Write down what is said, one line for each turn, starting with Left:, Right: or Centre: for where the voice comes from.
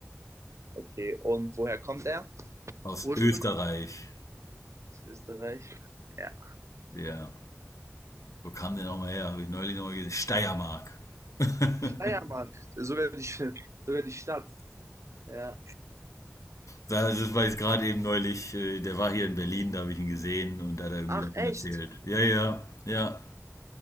Right: Okay, und woher kommt er?
Left: aus
Right: Ursprünglich
Left: Österreich.
Right: aus Österreich. Ja.
Left: Ja, wo kam der nochmal her? Habe ich neulich nochmal gesehen. Steiermark. <laughs>
Right: Steiermark, sogar die, sogar die Stadt. Ja.
Left: Das ist- war jetzt gerade eben neulich, äh, der war hier in Berlin, da habe ich ihn gesehen und da hat er irgendwie
Right: Ach,
Left: davon
Right: echt?
Left: erzählt. Ja, ja, ja.